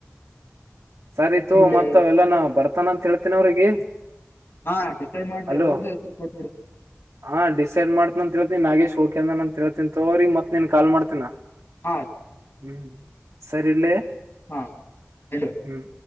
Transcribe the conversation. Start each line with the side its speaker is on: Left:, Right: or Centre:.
Right: ಸರಿತು
Left: ಇಲ್ಲಿ
Right: ಮತ್ ಅವೆಲ್ಲ ನಾ ಬರ್ತಾನ ಅಂತ ಹೇಳ್ತೀನ ಅವ್ರಿಗೆ
Left: ಹಾ ಡಿಸೈಡ್ ಮಾಡ್ರಿ
Right: ಅಲೋ
Left: ಎಲ್ಲ ಹೋಗ ಹೆಸರಿ ಕೊಟ್ಬಿಡು
Right: ಹಾ ಡಿಸೈಡ್ ಮಾಡ್ತನ ಅ ತಿಳ್ತನಿ ನಾಗೇಶ್ ಹೋಗಕ ಅಂದ ಅಂತ ತಿಳ್ತೀ ತೋಗೋರಿ ಮತ್ ನ್ ಕಾಲ್ ಮಾಡ್ತನಾ
Left: ಹಾ ಸರಿ
Right: ಹ್ಮ್ ಸರಿ ಇಡ್ಲೆ
Left: ಹಾ ಎಡುು
Right: ಹ್ಮ್